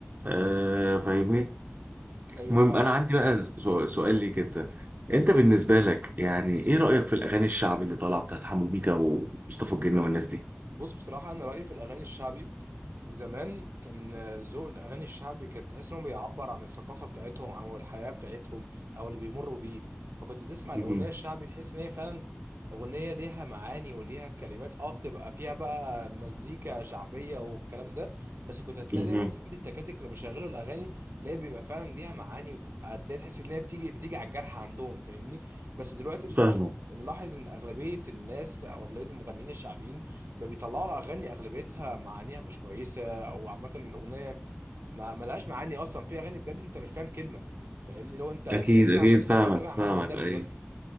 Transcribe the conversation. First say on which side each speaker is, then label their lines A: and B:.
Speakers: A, on the right; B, on the right.
A: آه فاهمني
B: ايوه
A: المهم
B: فاهم
A: انا عندي بقى سو- سؤال ليك انت
B: مم.
A: انت بالنسبه لك يعني ايه رايك في الاغاني الشعبي اللي طالعه بتاعت حمو بيكا ومصطفى الجن والناس دي
B: بص بصراحه انا رايي في الاغاني الشعبي زمان كان ذوق الاغاني الشعبي كانت تحس انه بيعبر عن الثقافه بتاعتهم او الحياه بتاعتهم او اللي بيمروا بيه فكنت تسمع الاغنيه
A: مهم.
B: الشعبي تحس ان هي فعلا اغنيه ليها معاني وليها كلمات اه بتبقى فيها بقى مزيكا شعبيه والكلام ده بس كنت هتلاقي
A: مهم.
B: دايما سواقين التكاتك اللي بيشغلوا الاغاني تلاقي بيبقى فعلا ليها معاني وتبقى تلاقي تحس ان هي بتيجي بتيجي على الجرح عندهم فاهمني بس دلوقتي بصراحه
A: فاهمك
B: ملاحظ ان اغلبيه الناس او اغلبيه المغنيين الشعبيين ما بيطلعوا اغاني اغلبيتها معانيها مش كويسه او عامه الاغنيه ما ملهاش معاني اصلا في اغاني بجد انت مش فاهم كلمه فاهمني لو انت انت
A: اكيد
B: سامع
A: اكيد
B: مزيكا
A: فاهمك
B: وسامع
A: فاهمك
B: حب ودب
A: ايوه
B: بس